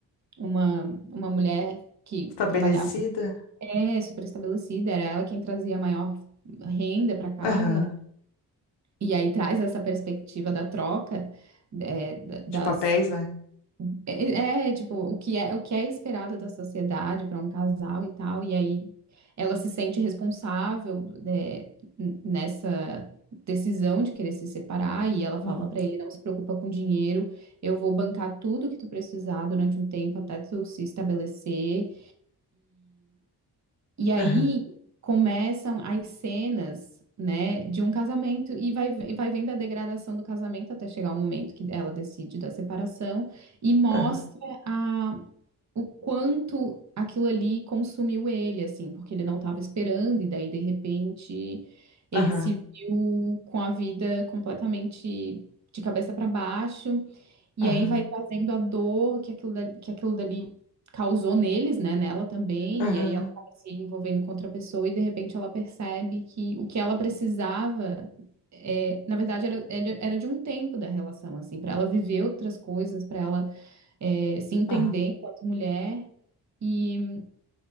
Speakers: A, on the right; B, on the left.
A: uma, uma mulher que
B: Estabelecida?
A: trabalhava, é, super estabelecida, era ela quem trazia a maior renda para casa,
B: Aham.
A: né? E aí traz essa perspectiva da troca, é, da-
B: De
A: das,
B: papéis, né?
A: é, é, tipo, o que é, o que é esperado da sociedade para um casal e tal, e aí ela se sente responsável, né, n- nessa decisão de querer se separar, e ela fala
B: Aham.
A: para ele, não se preocupa com dinheiro, eu vou bancar tudo que tu precisar durante um tempo até tu se estabelecer, e aí
B: Aham.
A: começam as cenas, né, de um casamento e vai, e vai vendo a degradação do casamento até chegar o momento que ela decide da separação e mostra
B: Aham.
A: a, o quanto aquilo ali consumiu ele, assim, porque ele não estava esperando e daí de repente ele
B: Aham.
A: se viu com a vida completamente de cabeça para baixo. E
B: Aham.
A: aí vai trazendo a dor que aquilo dali, que aquilo dali causou neles, né? Nela também.
B: Aham.
A: E aí ela acaba se envolvendo com outra pessoa e de repente ela percebe que o que ela precisava, é, na verdade, era, era era de um tempo da relação, assim, para ela viver outras coisas, para ela, é, se entender
B: Aham.
A: enquanto mulher. E,